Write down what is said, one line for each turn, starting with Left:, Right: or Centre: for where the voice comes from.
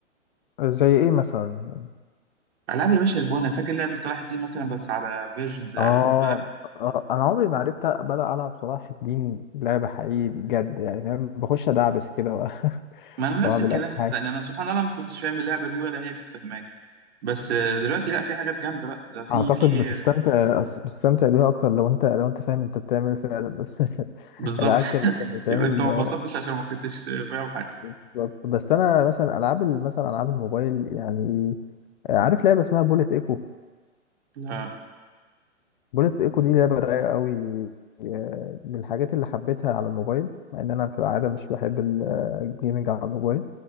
Left: زي ايه مثلا يعني
Right: العاب يا باشا البونه فاكر لعبه صلاح الدين مثلا بس على فيرجنز احدث
Left: آه,
Right: بقى
Left: اه انا عمري ما عرفت بلا العب صلاح الدين لعبه حقيقي بجد يعني فاهم بخش ادعبس كده و- <laughs>
Right: ما انا
Left: واعمل
Right: نفس الكلام
Left: اي
Right: صدقني
Left: حاجه
Right: انا سبحان الله ما كنتش فاهم اللعبه دي ولا هي كانت فاهماني بس آه، دلوقتي لا في حاجات جامده بقى ده في
Left: اعتقد
Right: في
Left: بتستمتع
Right: آه،
Left: أص- بتستمتع بيها اكتر لو انت لو انت فاهم انت بتعمل ايه فعلا بس <laughs>
Right: بالظبط
Left: العك
Right: <laughs>
Left: اللي كان بيتعمل
Right: يبقى انت ما انبسطتش
Left: آه،
Right: عشان ما كنتش آه، فاهم حاجه
Left: بالظبط بس انا مثلا العاب ال- مثلا العاب الموبايل يعني آه، عارف لعبه اسمها بوليت ايكو
Right: لا
Left: بوليت ايكو دي لعبه رايقه قوي آه، من الحاجات اللي حبيتها على الموبايل مع ان انا في العاده مش بحب ال- آه، الجيمنج على الموبايل